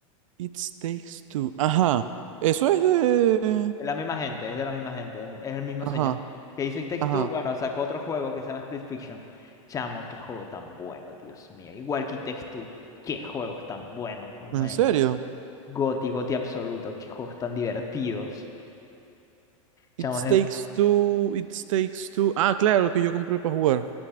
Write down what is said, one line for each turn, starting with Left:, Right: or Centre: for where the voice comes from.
Right: It Takes Two. Ajá. Eso es de...
Left: Es la misma gente, es de la misma gente, es el mismo
Right: Ajá,
Left: señor. Que hizo It Takes
Right: ajá.
Left: Two, bueno, sacó otro juego que se llama Split Fiction. Chamo, qué juego tan bueno, Dios mío. Igual que It Takes Two, qué juegos tan buenos, man.
Right: ¿En serio?
Left: Goti, Goti absoluto, qué juegos tan divertidos. Chamo,
Right: It
Left: es
Right: Takes
Left: de...
Right: Two, It Takes Two. Ah, claro, el que yo compré para jugar.